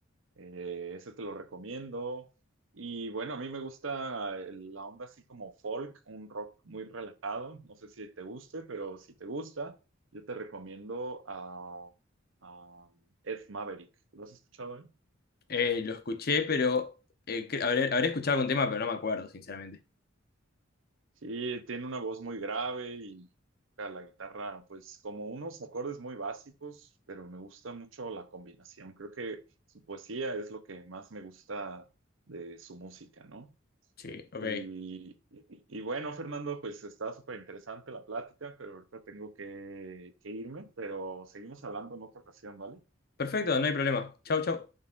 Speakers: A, on the right; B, on the left.
A: Eh, ese te lo recomiendo. Y bueno, a mí me gusta el- la onda así como folk, un rock muy relajado. No sé si te guste, pero si te gusta, yo te recomiendo a, a Ed Maverick. ¿Lo has escuchado él?
B: Eh, lo escuché, pero eh, cre- habré, habré escuchado algún tema, pero no me acuerdo, sinceramente.
A: Sí, tiene una voz muy grave y toca la guitarra, pues como unos acordes muy básicos, pero me gusta mucho la combinación. Creo que su poesía es lo que más me gusta de su música, ¿no?
B: Sí, ok.
A: Y, y- y bueno, Fernando, pues está súper interesante la plática, pero ahorita tengo que, que irme, pero seguimos hablando en otra ocasión, ¿vale?
B: Perfecto, no hay problema. Chau, chau.